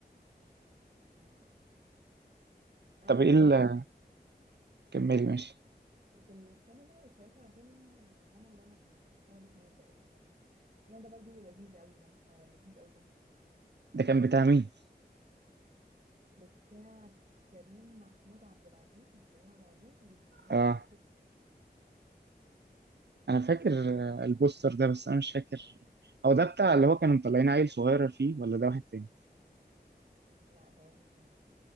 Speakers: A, on the right (about 50°); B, on the right (about 85°).
A: هموت يعني مم. انا
B: طب
A: اخر
B: ايه اللي
A: فيلم شفته
B: كملي ماشي
A: في السينما واتفرجت على فيلم الهنا اللي انا فيه كان في شهر اتنين تقريبا الفيلم ده برضو لذيذ قوي دم آه لذيذ قوي دمه خفيف
B: ده كان بتاع مين
A: بتاع كريم محمود عبد العزيز مش كريم عبد العزيز ودينا
B: اه
A: الشربيني ورسم
B: انا فاكر آه، البوستر ده بس انا مش فاكر هو ده بتاع اللي هو كانوا مطلعين عيل صغير فيه ولا ده واحد تاني
A: لا ده واحد تاني